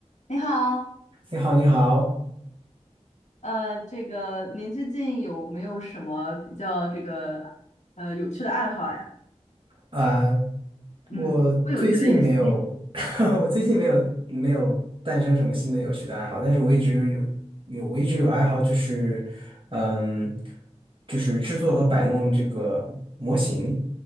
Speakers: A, on the left (about 85°); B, on the right (about 45°).
A: 你好，
B: 你好，你好，
A: 呃，这个您最近有没有什么比较这个呃有趣的爱好呀？
B: 啊、
A: 嗯，
B: 我最近没有，
A: 不有趣的也行。
B: <laughs> 我最近没有没有诞生什么新的有趣的爱好，但是我一直有有我一直有爱好就是，嗯，就是制作和摆弄这个模型，